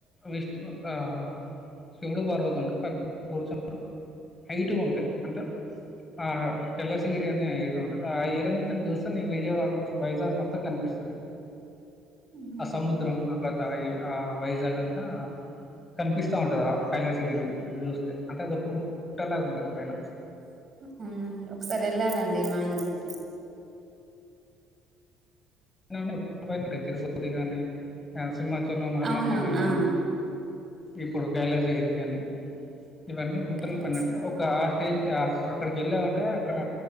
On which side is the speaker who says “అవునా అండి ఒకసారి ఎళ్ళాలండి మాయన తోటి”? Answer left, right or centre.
Right